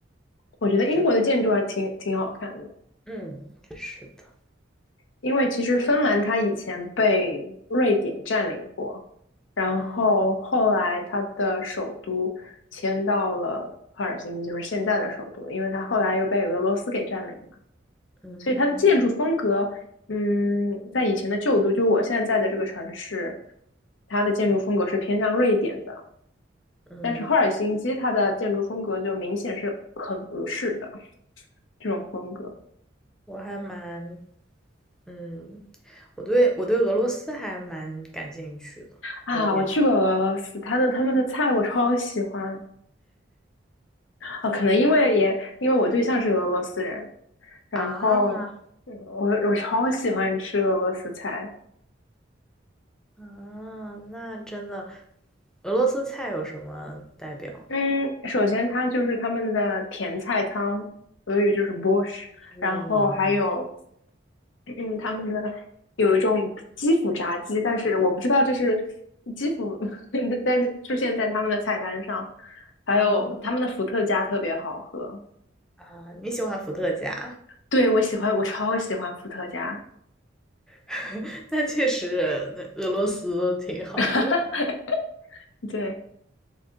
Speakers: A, on the left (about 80°); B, in the centre.
A: 我觉得英国的建筑还挺挺好看的，
B: 就是嗯，是的，
A: 因为其实芬兰它以前被瑞典占领过，然后后来它的首都迁到了赫尔辛基，
B: 嗯
A: 就是现在的首都，因为它后来又被俄罗斯给占领了，
B: 嗯
A: 所以它的建筑风格，嗯，在以前的旧都，就我现在在的这个城市，它的建筑风格是偏向瑞典的，
B: 嗯，
A: 但是赫尔辛基它的建筑风格就明显是很俄式的这种风格
B: 我还蛮嗯，我对我对俄罗斯还蛮感兴趣的，
A: 啊。
B: 有点
A: 我去过俄罗斯，它的他们的菜我超喜欢。啊，可能因为也因为我对象是俄罗斯人，然后
B: 啊。
A: 嗯我我超喜欢吃俄罗斯菜。
B: 啊，那真的，俄罗斯菜有什么代表
A: 嗯，首先它就是他们的甜菜汤，俄语就是 b o r s h
B: 嗯嗯
A: 然后还有嗯他们的有一种基辅炸鸡，但是我不知道这是基辅，<laughs> 但是出现在他们的菜单上，还有他们的伏特加特别好喝。
B: 嗯啊，你喜欢伏特加，
A: 对，我喜欢，我超喜欢伏特加。
B: <laughs> 那确实，那俄罗斯挺好的。
A: <laughs> 对。